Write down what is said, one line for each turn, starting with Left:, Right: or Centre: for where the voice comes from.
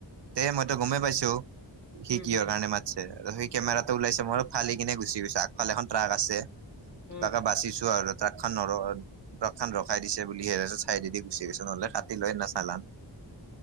Right: এ মইতো গমেই পাইছোঁ সি
Left: উম
Right: কিহৰ
Left: হম
Right: কাৰণে মাটছে সেই কেমেৰাটো
Left: উম
Right: ওলাইছে মই আৰু ফালি কিনে গুচি গৈছোঁ আগফালে এখন ট্ৰাক আছে
Left: উম
Right: কিবা কেই বাছিছোঁ আৰু। ট্ৰাক খন নৰ ট্ৰাক খন ৰখাই দিছে বুলি হে টাইছত চাইদি গুচি গৈছোঁ নহলে কাটিল হয় সেইদনা চালান।